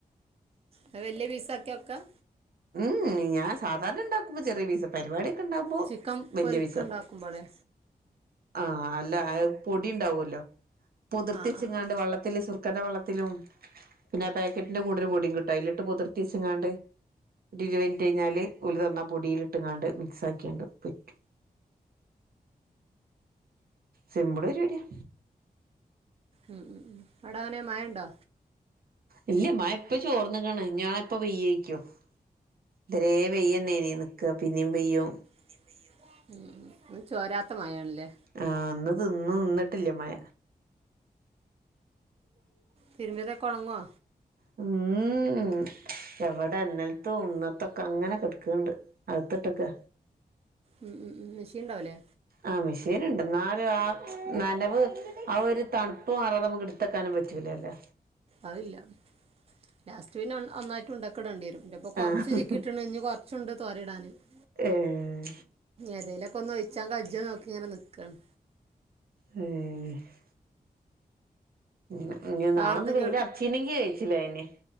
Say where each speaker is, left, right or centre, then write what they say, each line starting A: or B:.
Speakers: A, on the right; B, on the right.
A: അത് വലിയ പീസ് ആക്കി വെക്കാം.
B: ഏ യേ ഞാൻ സാധാരണ ഉണ്ടാക്കുമ്പോ ചെറിയ പീസാ പരിപവാടി ഒക്കെ ഉണ്ടാവുമ്പോ
A: ചിക്കൻ
B: വല്യ
A: പൊരിക്ക്
B: പീസാക്കും
A: ഉണ്ടാക്കുമ്പോളേ
B: ആഹ് അല്ല അത് പൊടി ഉണ്ടാവുമല്ലോ പൊതിർത്തി
A: ആ
B: വെച്ച്കാണ്ട്
A: ആ ആ
B: വെള്ളത്തില് സുർ സുർക്കന്റെ വെള്ളത്തിലും പിന്നെ ആ പാക്കറ്റിന്റെ കൂടെ ഒരു പൊടിം കിട്ടും അയ്‌ലിട്ട് പൊതിർത്തി വെച്ച്കാണ്ട് ഒരു ഇരുവിൻറ്റ് കഴിഞ്ഞാല് ഓല് തന്ന ആ പൊടിയിലിട്ട്കാണ്ട് മിക്സ് ആക്കികാണ്ട് പൊരിക്കും സിമ്പിൾ പരിപാടിയാ
A: ഉം ഉം ഉം അവിടെ എങ്ങനെയാ മഴയുണ്ടോ?
B: ഇല്ല മഴ ഇപ്പ ചോർന്നുക്കേണ് ഇനിപ്പോ പെയ്യേര്ക്കും. ഇതെരേ പെയ്യെന്നെയ്നി നിക്ക പിന്നിം പെയ്യും
A: ന്നിം പെയ്യും ഉം ഒരു ചോരാത്ത മഴയാണ്ലേ
B: ആ ഇന്ന് തിന്നും ന്നിട്ടില്ല മഴ
A: തിരുമ്പിയതൊക്കെ ഒണങ്ങോ
B: <unintelligible> എവടെ ഇന്നൽത്തും ഇന്നത്തൊക്കെ അങ്ങനെ കെട്ക്ക്ണ് ണ്ട് അകത്തിട്ട്ക്കാ
A: ഉം ഉം ഉം മെഷീൻ ഉണ്ടാവൂലേ
B: ആഹ് മെഷീൻ ഉണ്ട് എന്നാലും ആ നനവ് ആ ഒരു തണുപ്പ് മാറാതെ നമുക്ക് എടുത്ത് വെക്കാനും പറ്റൂലല്ലോ
A: അതില്ല ലാസ്റ്റ് പിന്നെ ഒന്നായിട്ട് ഉണ്ടക്ക്ടെണ്ടിരും ഇപ്പ കുറച്ച്
B: ആഹ്
A: ചിക്കിട്ട്ണ് ഇനി കുറച്ചുണ്ട് തോരയടാന് <inaudible>
B: ഏഹ്
A: ഏതേലൊക്കെ ഒന്ന് ഒഴിച്ചാൻ കജ്ജ്ന്നോക്കി ങ്ങനെ നിൽക്കാണ്
B: ഏ.. ഹ് ങ്ങനെ ഇഞ്ഞ്
A: വേറെന്തൊക്കെ
B: നാളൊന്ന് വെയില് അർച്ചീനെങ്കി കഴിച്ചിലായീനി